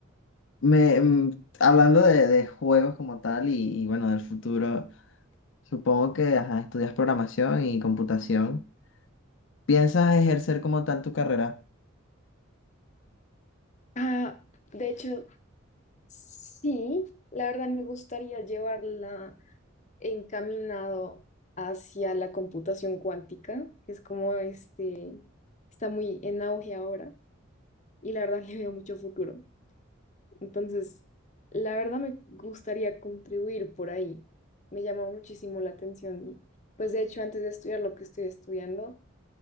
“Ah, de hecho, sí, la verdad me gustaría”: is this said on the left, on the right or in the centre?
Left